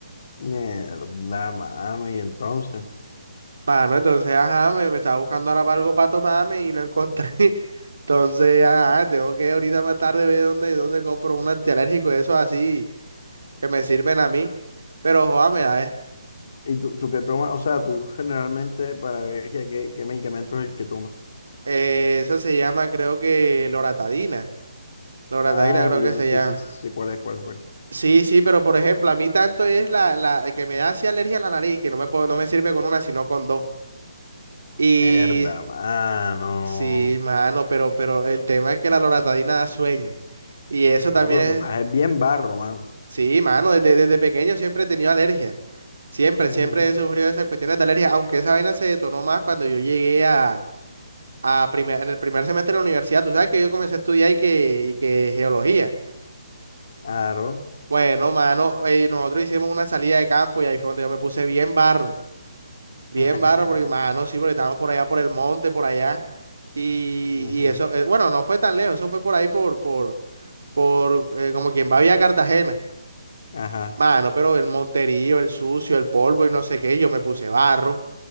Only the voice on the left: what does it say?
Mierda, mano, y entonces.
¿Y tú, tú qué tomas? O sea, tú generalmente para alergia, ¿qué, qué medicamento es el que tomas?
Ah,
bien,
sí,
sí, sí, sí, ¿cuál es, cuál es, cuál es?
Herda, mano.
Mano,
pero
tú estás es bien barro, mano.
Ujú,
Aro.
<laughs>
Ujú,
Ajá.